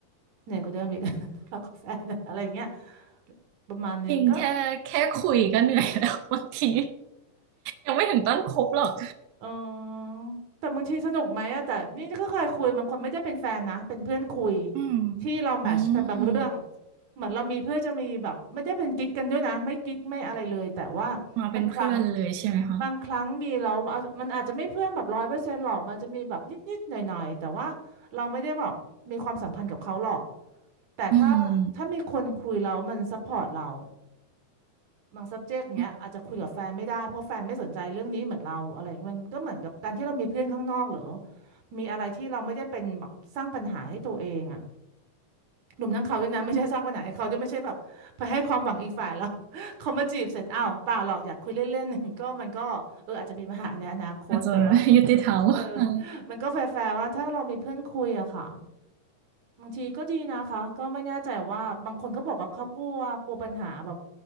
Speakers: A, on the right (about 60°); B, on the right (about 75°).
A: เหนื่อยก็เดิมอีก <laughs> ทะเลาะกับแฟนอะไรอย่างเงี้ยประมาณนึงก็
B: จริงแค่แค่คุยก็เหนื่อยแล้ว <laughs> บางทียังไม่ถึงต้นคบหรอก
A: เออแต่บางทีสนุกไหมอะแต่นี่ก็เคยคุยบางคนไม่ได้เป็นแฟนนะเป็นเพื่อนคุย
B: อืม
A: ที่เราแมทชเป็นบางเรื่อง
B: อืม
A: เหมือนเรามีเพื่อจะมีแบบไม่ได้เป็นกิ๊กกันด้วยนะไม่กิ๊กไม่อะไรเลยแต่ว่าบางครั้งอะ
B: มาเป็นเพื่อนเลยใช่ไหมคะ
A: บางครั้งมีเราเอามันอาจจะไม่เพื่อนแบบร้อยเปอร์เซ็นต์หรอกมันจะมีแบบนิดๆหน่อยๆแต่ว่าเราไม่ได้แบบมีความสัมพันธ์กับเขาหรอกแต่ถ้าถ้ามีคนคุยแล้วมันซัพพอร์ตเรา
B: อืม
A: บาง subject เนี้ยอาจจะคุยกับแฟนไม่ได้เพราะแฟนไม่สนใจเรื่องนี้เหมือนเราอะไรอย่างเงี้ยมันก็เหมือนกับการที่เรามีเพื่อนข้างนอกหรือ
B: อื
A: มีอะไรที่เราไม่ได้เป็นแบบสร้างปัญหาให้ตัวเองอ่ะหนุ่มทั้งเขาด้วยนะไม่ใช่สร้างปัญหาให้เขาด้วยไม่ใช่แบบไปให้ความหวังอีกฝ่ายแล้ว
B: ม
A: <laughs> เขามาจีบเสร็จอ้าวเปล่าหรอกอยากคุยเล่นๆ <laughs> ก็มันก็เอออาจจะเป็นปัญหาในอนาคตแต่ว่า
B: อาจจะยุติธรรม <laughs>
A: เออ
B: อ่า
A: <laughs> มันก็แฟร์ๆว่าถ้าเรามีเพื่อนคุยอะค่ะบางทีก็ดีนะคะก็ไม่แน่ใจว่าบางคนเขาบอกว่าเขากลัวกลัวปัญหาแบบ